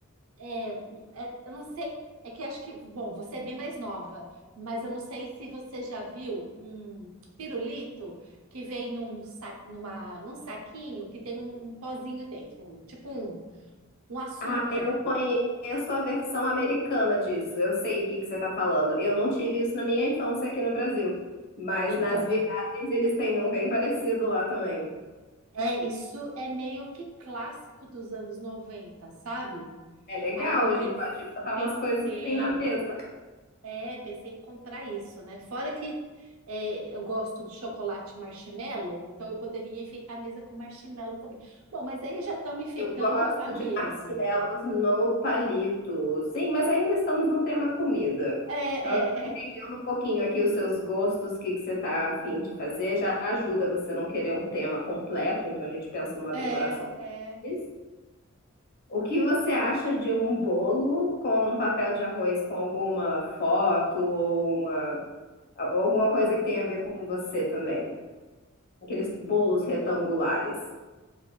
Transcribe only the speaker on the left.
Ah, eu conheço a versão americana disso. Eu sei o que que você está falando. Eu não tive isso na minha infância aqui no Brasil, mas
nas viagens eles têm um bem parecido lá também.
É legal,
a gente
pode botar
umas coisas assim na mesa.
Eu gosto
de marshmallows no palito. Sim, mas ainda estamos no tema comida.
Então, eu tô entendendo
um pouquinho aqui os seus gostos, o que que você tá afim de fazer. Já ajuda você não querer um tema completo, então a gente pensa numa
decoração
simples. O que você acha de um bolo com um papel de arroz com alguma foto ou uma, ou alguma coisa que tenha a ver com você também? Aqueles bolos retangulares.